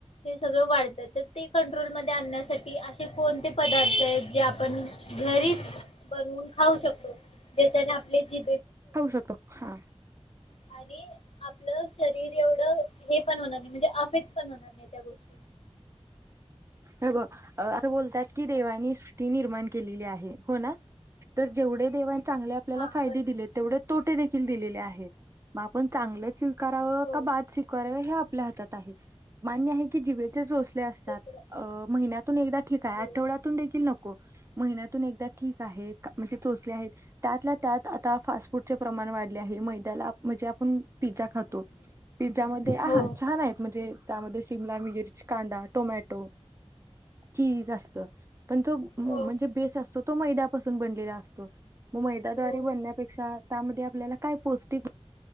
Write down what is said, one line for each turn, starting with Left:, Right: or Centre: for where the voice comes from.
Left: हे सगळ वाढत तर ते कंट्रोल म आणण्यासाठी असे कोणते पदार्थ आहेत जे आपण घरीच बनवून खाऊ शकतो जच्याने आपले जी
Right: खाऊ शकतो हा
Left: आणि आपलं शरीर एवढं हे पण होणार नाही म्हणजे एफेक्ट पण होणार नाही त्या गोष्टी
Right: अस बोलतात की देवानी सृष्टी निर्माण केलेली आहे हो ना तर जेवढे देवा चांगले आपल्याला
Left: हा
Right: फायदे
Left: बरोबर.
Right: दिले तेवढे तोटे देखील दिलेले आहेत मग आपण चांगले करावं
Left: हो
Right: का बाात शिकवावं आपल्या हातात आहे मान्य आहे की जिभेचे रोसले असतात
Left: ते तर आहे.
Right: अ महिन्यातून एकदा ठीक आहे
Left: हो.
Right: आठवड्यातून देखील नको महिन्यातून एकदा ठीक आहे म्हणजे चोचले त्यातल्या त्यात आता फास्ट फूडचे प्रमाण वाढले आहे मैद्याला म्हणजे आपण पिझ्झा खातो पिझ्झा मध्ये आहा
Left: हो
Right: छान आहेत म्हणजे त्यामध्ये शिमला मिर्च, कांदा, टोमॅटो चीज असत त्यांच म्हणजे
Left: हो
Right: बेस असतो तो मैद्यापासून बनलेला असतो मग मैदाद्वारे
Left: हो
Right: बनण्यापेक्षा त्यामध्ये आपल्याला काय पौष्टिक